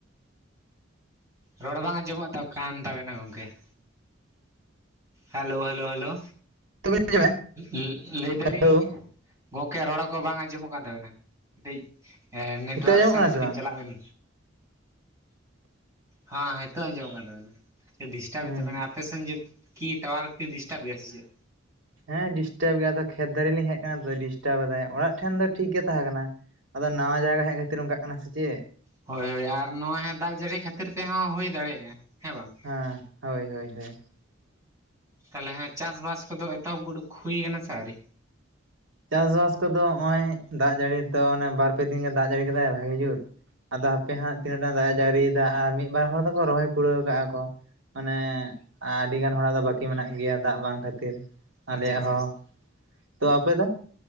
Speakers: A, on the right; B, on the right.
A: ᱨᱚᱲ ᱵᱟᱝ ᱟᱸᱡᱚᱢᱚᱜ ᱛᱚ ᱠᱟᱱ ᱛᱟᱵᱮᱱᱟ ᱜᱚᱝᱠᱮ ᱾ Hello hello hello!
B: <inaudible>
A: ᱞᱮ-ᱞᱮᱭ ᱫᱟᱞᱤᱧ
B: ᱦᱮᱞᱳ
A: ᱜᱚᱝᱠᱮ ᱨᱚᱲ ᱠᱚ ᱵᱟᱝ ᱟᱸᱡᱚᱢᱚᱜ ᱠᱟᱱ ᱛᱟᱵᱤᱱᱟ! ᱠᱟᱹᱴᱤᱡ ᱮ ᱱᱮᱴᱚᱣᱟᱨᱠ
B: ᱱᱤᱛᱚᱜ ᱟᱸᱡᱚᱢᱚᱜ
A: ᱥᱮᱱ
B: ᱠᱟᱱᱟ
A: ᱠᱟᱹᱴᱤᱡ
B: ᱥᱮ ᱵᱟᱝ?
A: ᱪᱟᱞᱟᱜ ᱵᱮᱱ᱾ ᱦᱟᱸ ᱦᱤᱛᱚᱜ ᱟᱸᱡᱚᱢᱚᱜ ᱠᱟᱱ ᱛᱟᱵᱮᱱᱟ ᱰᱤᱥᱴᱟᱵᱮᱫ
B: ᱦᱩᱸ
A: ᱛᱟᱵᱮᱱᱟ ᱟᱯᱮᱥᱮᱱ ᱡᱮ ᱠᱤ ᱴᱟᱣᱟᱨᱠᱤ ᱰᱤᱥᱴᱟᱵ ᱜᱮᱭᱟ ᱥᱮ ᱪᱮᱫ?
B: ᱦᱮᱸ ᱰᱤᱥᱴᱟᱵ ᱜᱮᱭᱟ ᱟᱫᱚ ᱠᱷᱮᱛ ᱫᱟᱨᱮ ᱞᱤᱧ ᱦᱮᱡ ᱠᱟᱱᱟ ᱛᱚ ᱰᱤᱥᱴᱟᱵ ᱮᱫᱟᱭ ᱚᱲᱟᱜ ᱴᱷᱮᱱ ᱫᱚ ᱴᱷᱤᱠ ᱜᱮ ᱛᱟᱦᱮᱸ ᱠᱟᱱᱟ᱾ ᱟᱫᱚ ᱱᱟᱣᱟ ᱡᱟᱭᱜᱟ ᱨᱮ ᱦᱮᱡ ᱠᱷᱟᱹᱛᱤᱨ ᱚᱝᱠᱟᱜ ᱠᱟᱱᱟ ᱥᱮ ᱪᱮᱫ?
A: ᱦᱳᱭ ᱦᱳᱭ ᱟᱨ ᱱᱚᱣᱟ ᱡᱷᱟᱨᱱᱟ ᱦᱟᱜ ᱫᱟᱜ ᱡᱟᱹᱲᱤ ᱠᱷᱟᱹᱛᱤᱨ ᱛᱮᱦᱚᱸ ᱦᱩᱭ ᱫᱟᱲᱮᱭᱟᱜᱼᱟ ᱦᱮᱸ ᱵᱟᱝ!
B: ᱦᱮᱸ ᱦᱳᱭ ᱦᱳᱭ ᱦᱳᱭ ᱾
A: ᱛᱟᱦᱚᱞᱮ ᱦᱟᱸᱜ ᱪᱟᱥᱵᱟᱥ ᱠᱚᱫᱚ ᱮᱛᱚᱦᱚᱵ ᱩᱰᱩᱠ ᱦᱩᱭ ᱠᱟᱱᱟ ᱥᱮ ᱟᱹᱣᱨᱤ?
B: ᱪᱟᱥᱵᱟᱥ ᱠᱚᱫᱚ ᱦᱚᱜᱼᱚᱭ ᱫᱟᱜ ᱡᱟᱹᱲᱤ ᱛᱚ ᱚᱱᱮ ᱵᱟᱨ ᱯᱮ ᱫᱤᱱ ᱜᱮ ᱫᱟᱜ ᱡᱟᱹᱲᱤ ᱠᱮᱫᱟᱭ ᱵᱷᱟᱜᱤ ᱡᱩᱛ᱾ ᱟᱫᱚ ᱦᱟᱯᱮ ᱦᱟᱸᱜ ᱛᱤᱱᱟᱹᱜ ᱴᱟ ᱫᱟᱜ ᱮ ᱡᱟᱹᱨᱤᱭᱮᱫᱟ ᱟᱨ ᱢᱤᱫ ᱵᱟᱨ ᱦᱚᱲ ᱫᱚᱠᱚ ᱨᱚᱦᱚᱭ ᱠᱩᱲᱟᱹᱣ ᱠᱟᱜᱼᱟ ᱠᱚ᱾ ᱢᱟᱱᱮ ᱟᱰᱤ ᱜᱟᱱ ᱦᱚᱲᱟᱜ ᱫᱚ ᱵᱟᱠᱤ ᱢᱮᱱᱟᱜ ᱜᱮᱭᱟ ᱫᱟᱜ ᱵᱟᱝ ᱠᱷᱟᱹᱛᱤᱨ ᱾ ᱟᱞᱮᱭᱟᱜ
A: ᱟᱪᱪᱷᱟ ᱟᱪᱪᱷᱟ
B: ᱦᱚᱸ
A: ᱟᱪᱪᱷᱟ
B: ᱾ ᱛᱚ ᱟᱯᱮ ᱫᱚ?